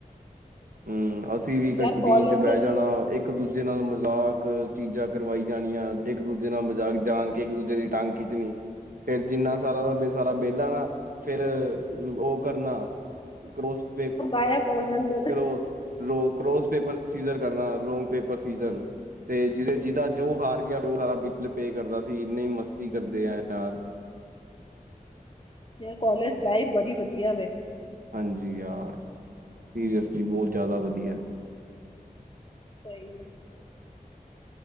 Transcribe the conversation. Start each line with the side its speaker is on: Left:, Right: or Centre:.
Right: ਹੂਂ ਅਸੀਂ ਵੀ ਕੰਟੀਨ
Left: ਯਾਰ ਕਾਲਜ
Right: ਚ ਬੈਹ
Left: ਦੇ ਦਿਨ
Right: ਜਾਣਾ
Left: ਤੇ
Right: ਇੱਕ ਇੱਕ ਦੂਜੇ ਨਾਲ ਮਜ਼ਾਕ ਚੀਜ਼ਾਂ ਕਰਵਾਈ ਜਾਣੀਆਂ, ਇੱਕ ਦੂਜੇ ਨਾਲ ਮਜ਼ਾਕ ਜਾਣ ਕੇ ਇੱਕ ਦੂਜੇ ਦੀ ਟੰਗ ਖਿੱਚਣੀ, ਫੇਰ ਜਿੰਨਾ ਸਾਰਾ ਦਾ ਬਿ ਸਾਰਾ ਬਿਲ ਆਨਾ ਫੇਰ ਓਹ ਕਰਨਾ। ਕ੍ਰੋਸਪੇਕ
Left: ਹੈ ਭੋਜਨ ਗਰ
Right: ਕਰੋ ਰੋ ਕਰੋਸ ਪੇਪਰਸ ਸੀਜਰ ਕਰਨਾ ਰੋਂਗ ਪੇਪਰ ਸੀਜ਼ਰ ਤੇ ਜਿਦੇ ਜਿਦਾ ਜੋ ਹਾਰ ਗੇਆ ਓ ਸਾਰਾ ਬਿੱਲ ਪੇ ਕਰਦਾ ਸੀ, ਇੰਨੀ ਮਸਤੀ ਕਰਦੇ ਐ ਯਾਰ
Left: ਯ ਕੋਲਜ ਲਾਈਫ ਬੜੀ ਵਦੀਆ ਵੇ।
Right: ਹਾਂਜੀ ਯਾਰ ਸੀਰੀਅਸਲੀ ਬਹੋਤ ਜ਼ਿਆਦਾ ਵਦੀਐ।
Left: ਸਈ ਐ।